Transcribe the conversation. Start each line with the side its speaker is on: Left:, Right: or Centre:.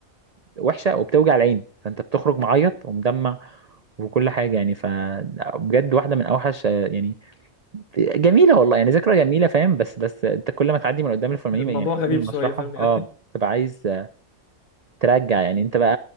Right: وحشه وبتوجع العين فانت بتخرج معيط ومدمع وكل حاجه يعني فبجد واحده من اوحش آه، يعني جميله والله يعني ذكرى جميله فاهم بس بس انت كل ما تعدي من قدام الفورمالين
Left: الموضوع
Right: يعني
Left: غريب
Right: قدام المشرحه
Left: شويه فاهمني
Right: اه
Left: يعني
Right: تبقى عايز ترجع يعني انت بقى